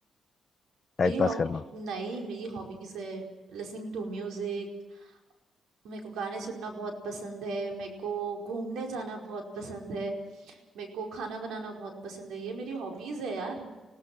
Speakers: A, on the left; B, on the right.
A: टाइम
B: मेरी
A: पास
B: हॉबी
A: करना
B: नहीं मेरी हॉबीज है लिसनिंग टू म्यूजिक मेरे को गाने सुनना बहुत पसंद है मेरे को घूमने जाना बहुत पसंद है मेरे को खाना बनाना बहुत पसंद है ये मेरी हॉबीज है यार